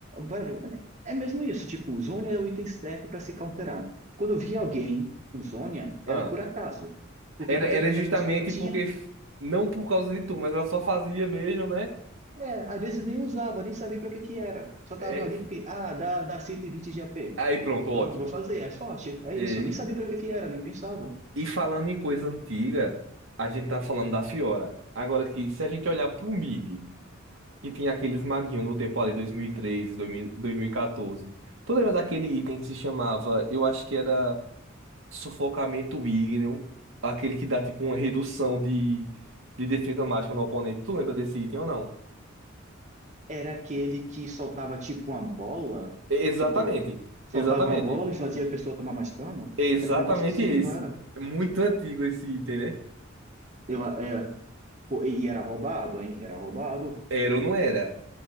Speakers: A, on the right; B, on the right.
A: velho, é é mesmo isso. Tipo, Zhonya é o item certo pra se counterar. Quando eu via alguém com Zhonya, era
B: Ah,
A: por acaso. Porque
B: era,
A: muitas
B: era
A: vezes
B: justamente
A: a pessoa tinha
B: porque. f- Não por causa de tu, mas ela só fazia mesmo, né?
A: É, às vezes nem usava, nem sabia para que que era. Só tava
B: É,
A: ali porque, ah, dá, dá 120 de AP.
B: Aí pronto,
A: Pronto,
B: ótimo.
A: vou fazer, é forte, é
B: É,
A: isso. Nem sabia para que que era, nem pensava.
B: E falando em coisa antiga, a gente tá falando da Fiora. Agora que se a gente olhar pro mid, que tinha aqueles maguinhos no tempo ali, 2013, 2000 2014. Tu lembra daquele item que se chamava, eu acho que era. Sufocamento William, aquele que dá tipo uma redução de, de defesa mágica no oponente. Tu lembra desse item ou não?
A: Era aquele que soltava tipo uma bola,
B: Exatamente,
A: tipo, soltava
B: exatamente.
A: uma bola e fazia a pessoa tomar mais dano.
B: Exatamente
A: Era um negócio assim,
B: esse.
A: não era?
B: Muito antigo esse item, né?
A: Eu, é, pô, e e era roubado, hein? Era roubado.
B: Era ou não era?